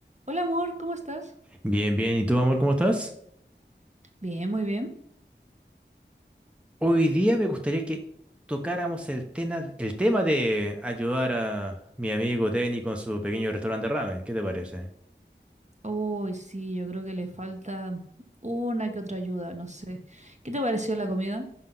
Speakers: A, on the right; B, in the centre.
A: Hola amor, ¿cómo estás?
B: Bien, bien. ¿Y tú, amor, cómo estás?
A: Bien, muy bien.
B: Hoy día me gustaría que tocáramos el tema, el tema de ayudar a mi amigo Denny con su pequeño restaurante de ramen. ¿Qué te parece?
A: Uy, sí, yo creo que le falta una que otra ayuda, no sé. ¿Qué te pareció la comida?